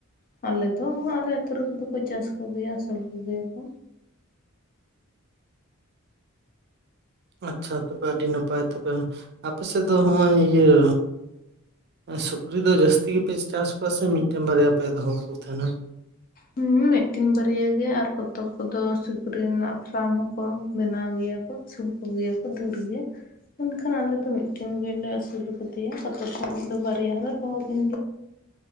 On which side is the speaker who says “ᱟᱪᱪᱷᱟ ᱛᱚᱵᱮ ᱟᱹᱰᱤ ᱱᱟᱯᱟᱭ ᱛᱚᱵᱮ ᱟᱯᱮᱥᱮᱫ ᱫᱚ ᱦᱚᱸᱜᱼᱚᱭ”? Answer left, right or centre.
Right